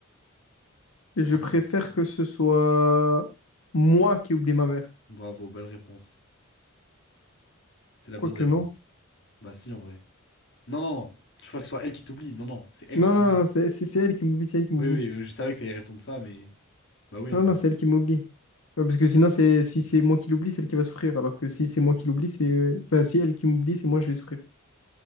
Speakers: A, on the left; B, on the left.
A: Et je
B: Ah
A: préfère
B: ouais.
A: que ce soit moi qui oublie ma mère.
B: Bravo, belle réponse. C'était la
A: Quoique
B: bonne réponse.
A: non.
B: Bah, si, en vrai. Non, non, non. Tu préfères que ce soit elle qui t'oublie? Non, non, c'est elle
A: Non,
B: qui t'oublie.
A: non, non, c'est c'est- c'est elle qui m'oublie, c'est elle qui m'oublie.
B: Oui, oui, je savais que t'allais répondre ça, mais. Bah oui, en
A: Non,
B: vrai.
A: non, c'est elle qui m'oublie. Ouais, Parce que sinon, c'est si c'est moi qui l'oublie, c'est elle qui va souffrir. Alors que si c'est moi qui l'oublie, c'est... Enfin, si elle qui m'oublie, c'est moi, je vais souffrir.